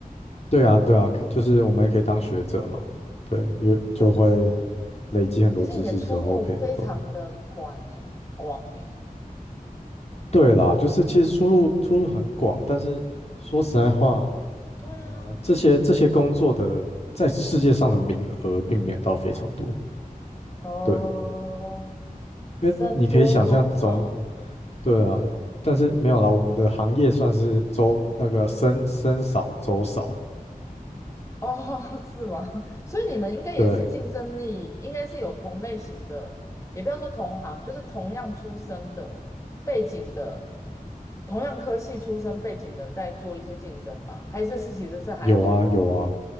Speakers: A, on the left (about 45°); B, on the left (about 20°).
A: 对啊，对啊，可就是我们也可以当学者嘛，对，因为就会
B: 哇塞，
A: 累积很多知识之后可以做的
B: 其实你的出路非常的广呢，广呢。
A: 对啦，就是其实出路出路很广，但是说实在话，
B: 对啊，
A: 呃，这些这些工作的在世界上的名额并没有到非常多，
B: 哦，
A: 对，因为你可以想象总
B: 僧多粥少，
A: 对啊，但是没有啦，我们的行业算是周那个僧僧少粥少，
B: 哦，<laughs> 是吗？所以你们应该也是竞争力，
A: 对，
B: 应该是有同类型的，也不要说同行，就是同样出身的背景的，同样科系出身背景的，在做一些竞争吧？还是是其实是还好的？
A: 有啊有啊，